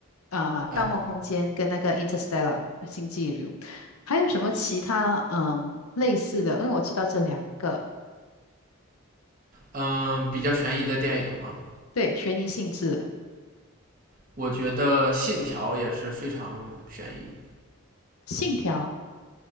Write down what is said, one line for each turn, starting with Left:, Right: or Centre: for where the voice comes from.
Left: 啊、
Right: 哎，
Left: 盗梦空间》跟那个《Interstellar》《星际旅游》，还有什么其他嗯类似的？因为我知道这两个，
Right: 嗯，比较悬疑的电影嘛，
Left: 对，悬疑性质，
Right: 我觉得《信条》也是非常悬疑。
Left: 《信条》，